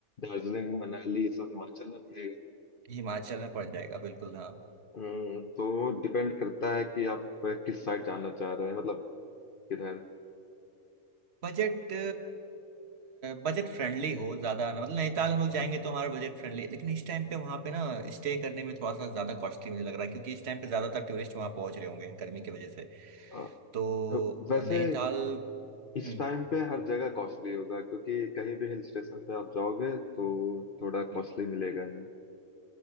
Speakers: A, on the left; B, on the right.
A: दार्जिलिंग मनाली ये सब हिमाचल में पड़ेगा
B: हिमाचल में पड़ जाएगा बिल्कुल हाँ
A: हम्म, तो डिपेंड करता है कि आप किस साइड जाना चाह रहे हैं मतलब किधर
B: बजट बजट फ्रेंडली हो ज्यादा ना मतलब नैनीताल हम लोग जाएंगे तो हमारा बजट फ्रेंडली लेकिन इस टाइम पे वहाँ पे ना स्टे करने में थोड़ा सा ज्यादा कॉस्टली मुझे लग रहा है क्योंकि इस टाइम पे ज्यादातर टूरिस्ट वहाँ पहुंच रहे होंगे गर्मी की वजह से
A: अ,
B: तो
A: वैसे
B: नैनीताल
A: इस
B: हम्म
A: टाइम पे हर जगह कॉस्टली होगा क्योंकि कहीं भी हिल स्टेशन पे आप जाओगे तो थोड़ा
B: हम्म।
A: कॉस्टली मिलेगा ही